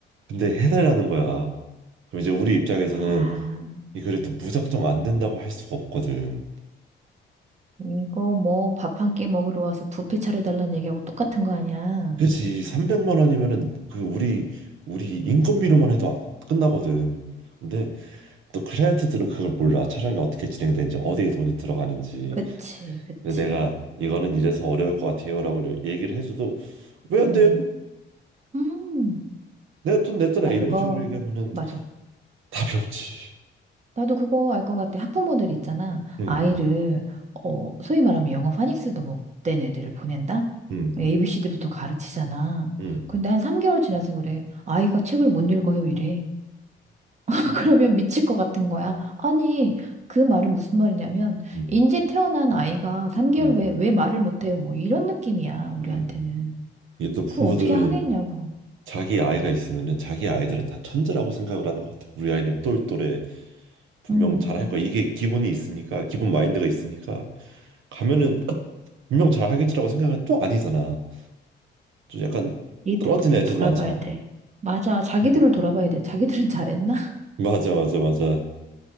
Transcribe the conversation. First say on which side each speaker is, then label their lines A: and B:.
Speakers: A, on the right; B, on the right.
A: 근데 해달라는 거야. 그럼 이제 우리 입장에서는
B: 아,
A: 이 글이 또 무작정 안 된다고 할 수가 없거든.
B: 이거 뭐 밥 한 끼 먹으러 와서 뷔페 차려달라는 얘기하고 똑같은 거 아니야?
A: 그치? 300만 원이면은 그 우리 우리 인건비로만 해도 끝나거든. 근데 또 클라이언트들은 그걸 몰라. 촬영이 어떻게 진행되는지 어디에 돈이 들어가는지.
B: 그치, 그치.
A: 근데 내가 이거는 이래서 어려울 것 같아요라고 얘기를 해줘도 왜 안
B: 응.
A: 돼요?
B: 음,
A: 내가 돈 냈잖아
B: 나
A: 이런
B: 그거,
A: 식으로 얘기하면은
B: 맞아.
A: 답이 없지.
B: 나도 그거 알 것 같아. 학부모들 있잖아.
A: 응.
B: 아이를, 어, 소위 말하면 영어 파닉스도 못된 애들을 보낸다?
A: 응.
B: ABCD부터 가르치잖아.
A: 응.
B: 근데 한 3개월 지나서 그래. 아이가 책을 못 읽어요, 이래. <laughs> 그러면 미칠 것 같은 거야. 아니, 그 말은 무슨 말이냐면,
A: 응.
B: 인제 태어난 아이가 3개월
A: 응.
B: 후에 왜 말을 못 해요? 뭐 이런 느낌이야, 우리한테는.
A: 응. 이게 또 부모들은
B: 그걸 어떻게 하겠냐고.
A: 자기 아이가 있으면은 자기 아이들은 다 천재라고 생각을 하는 것 같아. 우리 아이는 똘똘해. 분명
B: 음,
A: 잘할 거야. 이게 기본이 있으니까, 기본 마인드가 있으니까 가면은 분명 잘하겠지라고 생각은 또 아니잖아. 좀 약간
B: 이들을
A: 떨어지는 애들도
B: 돌아봐야
A: 많잖아.
B: 돼. 맞아, 자기들을
A: 응,
B: 돌아봐야 돼. 자기들은 잘했나?
A: 맞아, 맞아, 맞아.